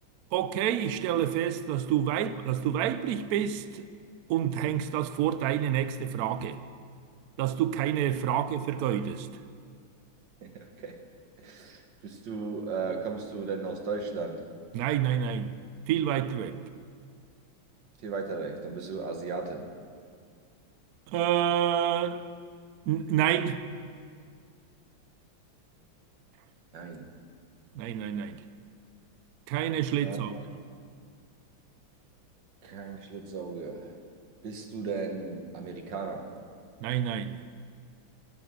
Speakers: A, on the right (about 85°); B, on the right (about 65°).
A: okay, ich stelle fest, dass du weib, dass du weiblich bist und hängst das vor deine nächste Frage, dass du keine Frage vergeudest.
B: <laughs> okay. Bist du, äh, kommst du denn aus Deutschland?
A: Nein, nein, nein. Viel weiter weg.
B: Viel weiter weg. Dann bist du Asiatin.
A: Äh, n- nein,
B: Nein.
A: nein, nein, nein. Keine Schlitzaugen.
B: Ah, Kein Schlitzauge. Bist du denn Amerikanerin?
A: Nein, nein,